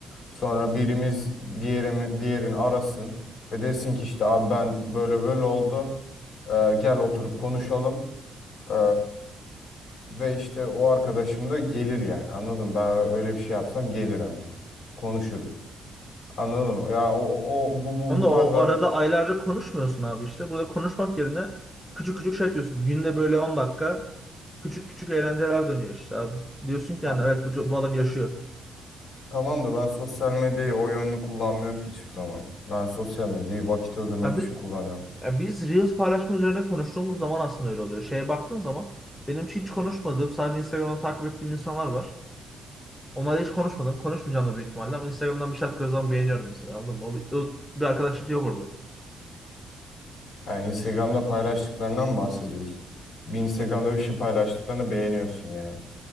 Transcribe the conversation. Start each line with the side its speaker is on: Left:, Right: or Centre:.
Left: Sonra birimiz diğerimi, diğerini arasın ve desin ki işte abi ben böyle böyle oldu. Ee, gel oturup konuşalım. Ee, ve işte o arkadaşım da gelir yani anladın mı? Ben öyle bir şey yapsam gelir hemen. Konuşuruz. Anladın mı? Ya o, o o- bu bu
Centre: Ama
Left: bu
Centre: da
Left: tarz
Centre: o
Left: ar-
Centre: arada aylarca konuşmuyorsun abi işte. Burada konuşmak yerine küçük küçük şey yapıyorsun. Günde böyle 10 dakika küçük küçük eğlenceler dönüyor işte abi. Diyorsun ki
Left: Ta-
Centre: yani evet bu, bu adam yaşıyor.
Left: tamam da ben sosyal medyayı o yönlü kullanmıyorum ki hiçbir zaman. Ben sosyal medyayı vakit öldürmek
Centre: Abi
Left: için kullanıyorum.
Centre: Ya biz Reels paylaşma üzerine konuştuğumuz zaman aslında öyle oluyor. Şeye baktığın zaman benim hiç konuşmadığım, sadece Instagram'dan takip ettiğim insanlar var. Onlarla hiç konuşmadım. Konuşmayacağım da büyük ihtimalle ama Instagram'dan bir şey attıkları zaman beğeniyorum mesela. Anladın mı? O bir, o bir arkadaşlık yok orada.
Left: Yani Instagram'da paylaştıklarından mı bahsediyorsun? Bir Instagram'da bir şey paylaştıklarını beğeniyorsun yani.